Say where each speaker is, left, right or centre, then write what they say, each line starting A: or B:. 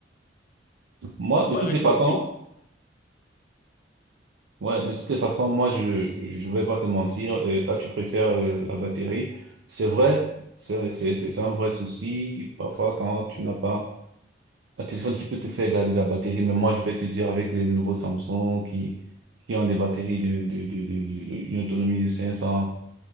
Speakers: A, on the right; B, on the left.
A: Moi, de
B: Ouais,
A: toutes
B: réduire
A: les façons,
B: aussi
A: ouais, de toutes les façons, moi, je, je vais pas te mentir. euh, toi, tu préfères euh, la batterie. C'est vrai, c'est, c'est, c'est c'est un vrai souci. Parfois, quand tu
B: le.
A: n'as pas un téléphone qui peut te faire garder la batterie, mais moi, je vais te dire avec les nouveaux Samsung qui, qui ont des batteries de, de, de, de, de- une autonomie de 500,